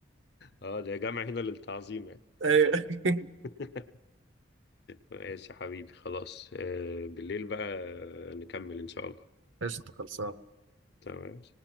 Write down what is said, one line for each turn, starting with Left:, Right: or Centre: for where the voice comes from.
Left: اه ده يا جماعة هنا للتعظيم يعني
Right: <laughs> ايوه
Left: <laughs> ماشي يا حبيبي خلاص آه، بالليل بقى نكمل إن شاء الله
Right: <laughs> قشطه خلصان
Left: تمام